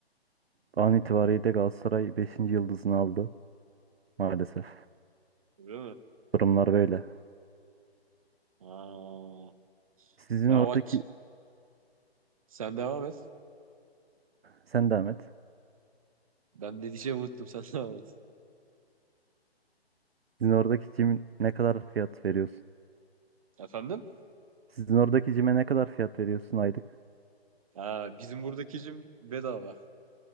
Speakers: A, on the right (about 70°); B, on the right (about 35°).
A: An itibariyle Galatasaray beşinci yıldızını aldı maalesef.
B: Öyle mi?
A: Durumlar böyle.
B: Aa,
A: Sizin
B: Fenerbahçe
A: oradaki
B: sen devam et.
A: sen devam et.
B: Ben ne diyeceğimi unuttum <laughs> sen devam et.
A: Sizin oradaki cimin ne kadar fiyat veriyorsun?
B: Efendim?
A: Sizin oradaki cime ne kadar fiyat veriyorsun aylık?
B: Aa, bizim buradaki jim bedava.